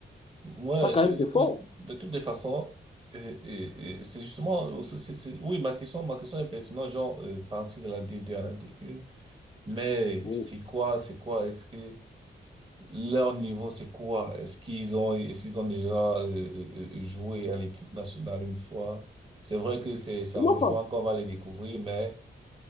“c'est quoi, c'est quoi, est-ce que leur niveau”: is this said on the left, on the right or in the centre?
Right